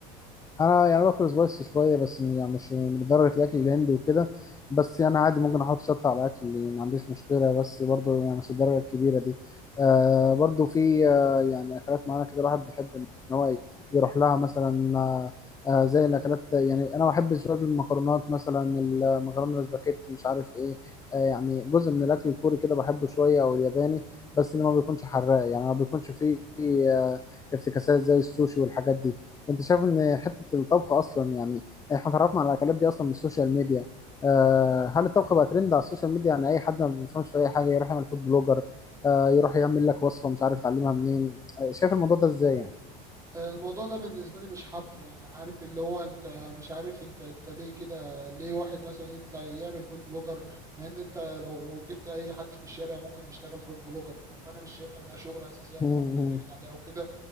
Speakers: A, on the left; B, on the right.
A: انا يعني باكل سبايسي شويه بس م- يعني مش من درجه الاكل الهندي وكده بس يعني عادي ممكن احط شطه على الاكل يعني ما عنديش مشكله بس برضو يعني مش الدرجه الكبيره دي آه برضو في آه يعني اكلات معينه كده الواحد بيحب ان هو ي- يروح لها مثلا آه آه زي الاكلات يعني انا بحب شويه المكرونات مثلا المكرونه الاسباجيتي مش عارف ايه آه يعني جزء من الاكل الكوري كده بحبه شويه او الياباني بس اللي ما بيكونش حراق يعني ما بيكونش فيه آه افتكاسات زي السوشي والحاجات دي انت شايف ان حته الطبخ اصلا يعني احنا اتعرفنا على الاكلات دي اصلا من السوشيال ميديا آه هل الطبخ بقى ترند على السوشيال ميديا يعني اي حد ما بيفهمش في اي حاجه يروح يعمل فود بلوجر آه يروح يعمل لك وصفه مش عارف يتعلمها منين آه شايف الموضوع ده ازاي يعني
B: آه، الموضوع ده بالنسبه لي مش حابه يعني عارف اللي هو انت مش عارف انت انت ليه كده ليه واحد مثلا يطلع يعمل فود بلوجر مع ان انت لو جبت اي حد في الشارع ممكن يشتغل فود بلوجر فانا مش شايفها انها شغله اساسيه ان
A: مم.
B: هو واحد يعتمد عليها وكده